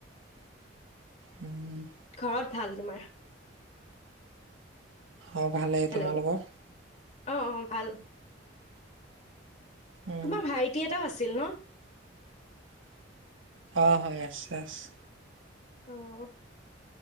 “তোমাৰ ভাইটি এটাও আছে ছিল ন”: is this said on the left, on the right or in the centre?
Left